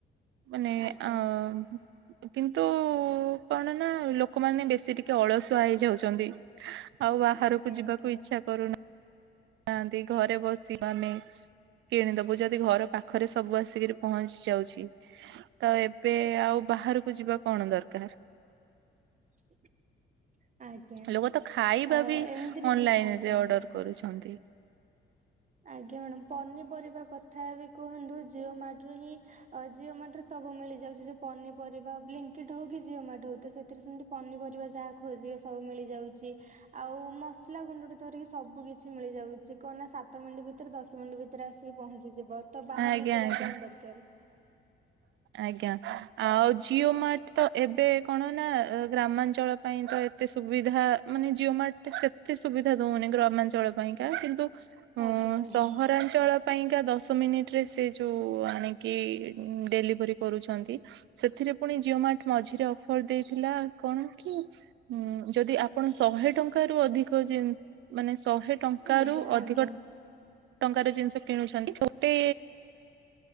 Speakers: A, on the right; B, on the right.
A: ମାନେ
B: ଆଜ୍ଞା
A: ଆଁ କିନ୍ତୁ କଣ ନା ଲୋକମାନେ ବେଶୀ ଟିକେ ଅଳସୁଆ ହେଇଯାଉଛନ୍ତି ଆଉ ବାହାରକୁ
B: ଆଜ୍ଞା
A: ଯିବାକୁ
B: ଆଜ୍ଞା
A: ଇଚ୍ଛା କରୁନୁ ନାନ୍ତି ଘରେ ବସିି ମାନେ କିଣିଦବୁ ଯଦି ଘର ପାଖରେ ସବୁ ଆସିକରି ପହଞ୍ଚି ଯାଉଛି ତ ଏବେ ଆଉ ବାହାରକୁ ଯିବା କଣ ଦରକାର
B: <inaudible> ଆଜ୍ଞା
A: ଲୋକ ତ ଖାଇବା
B: ଅ
A: ବି
B: ଏମିତିରେ
A: ଅନଲାଇନରେ
B: ବି ଆଜ୍ଞା।
A: ଅର୍ଡର କରୁଛନ୍ତି
B: ଆଜ୍ଞା ମ୍ୟାଡ଼ାମ ପନିପରିବା କଥା ବି କୁହନ୍ତୁ ଜିଓ ମାଟ ରୁ ହିଁ ଅ ଜିଓ ମାଟରେ ସବୁ ମିଳିଯାଉଛି ଯଉ ପନିପରିବା ବ୍ଙ୍କିଡ ହଉ କି ଜିଓ ମଟ ହଉ ତ ସେଥିରେ ସେମି ପନିପରିବା ଯାହା ଖୋଜିବେ ସବୁ ମିଳିଯାଉଛି। ଆଉ ମସଲା ଗୁଣ୍ଡ ଟ ଧରିକି ସବୁ କିଛି ମିଳିଯାଉଛି କଣ ନା ସାତ ମିନିଟ୍ ଭିତରେ ଦଶ ମିନିଟ୍ ଭିତରେ ଆସିକି ପହଞ୍ଚିଯିବ ତ ବାହାରକି
A: ଆଜ୍ଞା
B: ଯିବା
A: ଆଜ୍ଞା।
B: କଣ ଦରକାର।
A: ଆଜ୍ଞା ଆଉ ଜିଓ ମାଟ ତ ଏବେ କଣ ନା ଗ୍ରାମାଞ୍ଚଳ ପାଇଁ ତ ଏତେ ସୁବିଧା ମାନେ ଜିଓ ମାର୍ଟ ସେତେ ସୁବିଧା ଦଉନି ଗ୍ରାମାଞ୍ଚଳ ପାଇଁକା କିନ୍ତୁ ଅ
B: ଆଜ୍ଞା ଆଜ୍ଞା
A: ସହରାଞ୍ଚଳ ପାଇଁକା ଦଶ ମିନିଟରେ ସେ ଯୋଉ ଆଣିକି ଡେଲି <unintelligible> କରୁଛନ୍ତ୍ ସେଥିରେ ପୁଣି ଜିଓ ମାଟ ମଝିରେ ଅଫର ଦେଇଥିଲା କଣ କି ହୁଁ ଯଦି ଆପଣ ଶହେ ଟଙ୍କାରୁୁ ଅଧିକ ମାନେ ଶହେ ଟଙ୍କା
B: ଆଜ୍ଞା
A: ରୁ ଅଧିକ
B: ଆଜ୍ଞା।
A: ଟଙ୍କାର ଜିନିଷ କିଣୁଛନ୍ତି ଛୋଟେ